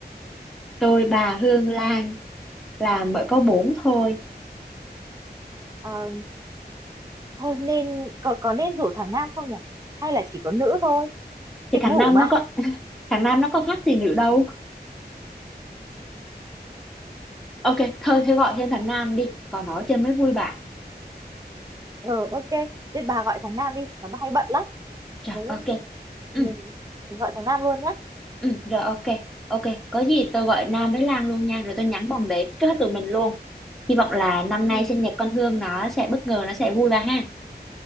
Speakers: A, in the centre; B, on the right.
A: Tôi, bà, Hương, Lan là mới có 4 thôi.
B: Ờ, thôi nên có có nên rủ thằng nam không nhỉ hay là chỉ có nữ thôi tiệc
A: Thì thằng
B: ngủ
A: Nam
B: mà
A: nó có <laughs> thằng Nam nó có khác gì nữa đâu. Ok, thôi thế gọi thêm thằng Nam đi, còn nó chơi mới vui bạn.
B: ừ ok nên bà gọi thằng nam đi nó hay bận lắm
A: Rồi,
B: nếu
A: ok.
B: không
A: Ừ,
B: mình mình gọi thằng nam luôn nhá
A: ừ, rồi ok. Ok, có gì tôi gọi Nam với Lan luôn nha, rồi tôi nhắn bọn đấy trước hết tụi mình luôn. Hy vọng là năm nay
B: ừ
A: sinh nhật con Hương nó sẽ bất ngờ, nó sẽ vui bà ha.